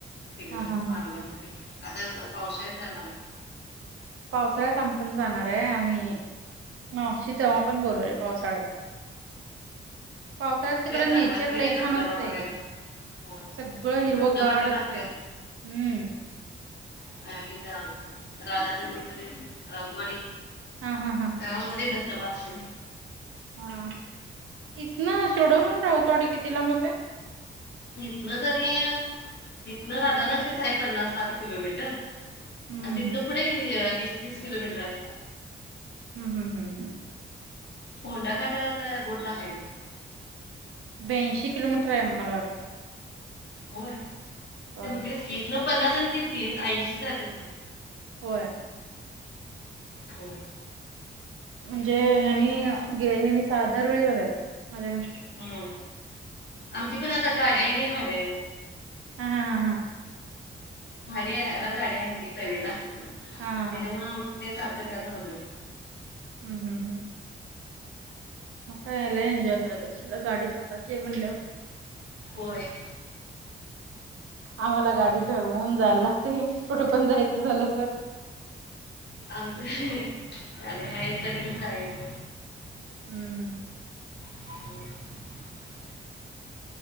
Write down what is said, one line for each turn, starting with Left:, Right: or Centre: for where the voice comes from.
Left: तिकडं
Right: हा हा हा.
Left: मालवण मध्ये आता पावसाळ्यात जाणार.
Right: पावसाळ्यात आम्हीपण जाणार आहे, आम्ही मावशी तेव्हा पण बोलवले पावसाळ्यांत. पावसाळ्यात तिकडं
Left: चांगला
Right: नेचर
Left: असते
Right: लय
Left: रे धबधबा
Right: छान असतंय.
Left: बघायला होय
Right: सगळं
Left: आणि
Right: हिरव
Left: धबधबा
Right: गार
Left: ते नसतात
Right: असतंय. हम्म
Left: <unintelligible> राधानगरी तर दे राऊतवाडी
Right: हा हा हां
Left: राऊतवाडी धबधबा असतोय.
Right: हा इथनं शिरडोन
Left: हम्म.
Right: वरन राऊतवाडी किती लांब होते?
Left: इथनं तरी इथनं राधानगरीच आहे पन्नास साठ किलोमीटर.
Right: हम्म
Left: आणि तिथं
Right: हम्म.
Left: पुढे वीस तीस किलोमीटर आहे.
Right: हम्म हम्म हम्म हम्म
Left: होोंडा खात तर गोडला माहिती <inaudible>
Right: ब्याऐंशी किलोमीटर आहे मला वाटतं
Left: होय
Right: होय
Left: तेच की इतनं पन्नास आणि ते तीस ऐंशी झालेचकी.
Right: होय
Left: हो
Right: म्हणजे हेन्ही गे हनी सहा दरवेेळी जातत माझ्या मि
Left: हम्म आमची पण आता गाडी आहे नाही भाड्याने.
Right: हा हा हा हा
Left: भाडी गाडी आमची तवेरा त्यांच्यामुळे
Right: हा हा हा.
Left: आमचं ते सारखं त्याच भरले.
Right: हम्म हम्म हम्म मग लय एन्जॉय करत असशीला गाडी स्वतःची म्हणल्यावर.
Left: होय.
Right: आम्हाला
Left: हम्म.
Right: गाडी ठरवून जायला लागतय, कुठे पण जायचं झालं तर,
Left: आमचंले ह कध पण झाय <inaudible>
Right: हम्म
Left: हो <inaudible>